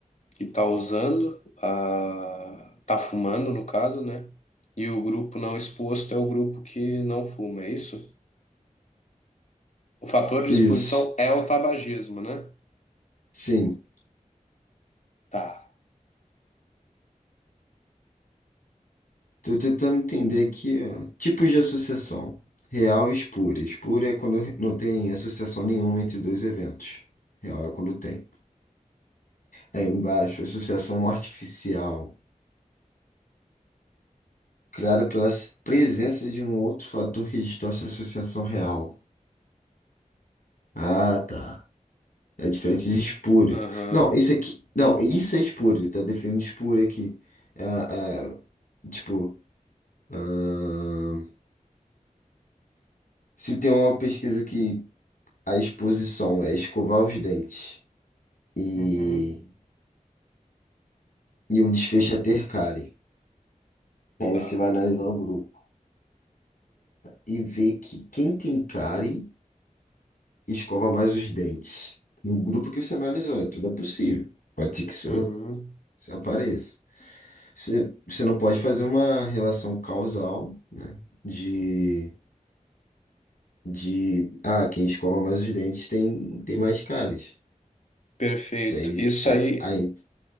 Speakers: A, on the left (about 55°); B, on the left (about 80°).
A: que está usando, a, tá fumando, no caso, né? E o grupo não exposto é o grupo que não fuma, é isso? O fator de
B: Isso,
A: exposição é o tabagismo, né?
B: sim.
A: Tá.
B: Tô tentando entender aqui, ó, tipos de associação. Real e espúria. Espúria é quando não tem associação nenhuma entre dois eventos. Real é quando tem. Aí embaixo, associação artificial, criada pela s- presença de um outro fator que distorce a associação real. Ah, tá. É diferente de espúria.
A: Aham.
B: Não, isso aqui. Não, isso é espúria. Ele tá definindo espúria aqui. É, é, tipo, ahn, se tem uma pesquisa que a exposição é escovar os dentes. e,
A: Uhum.
B: e o desfecho é ter cárie. Aí
A: Tá.
B: você vai analisar o grupo e ver que quem tem cárie escova mais os dentes. No grupo que você analisou, é tudo é possível. Pode ser que isso,
A: Uhum.
B: isso apareça. Você, você não pode fazer uma relação causal, né? De, de ah, quem escova mais os dentes tem, tem mais cáries.
A: Perfeito.
B: Isso aí,
A: Isso aí,
B: aí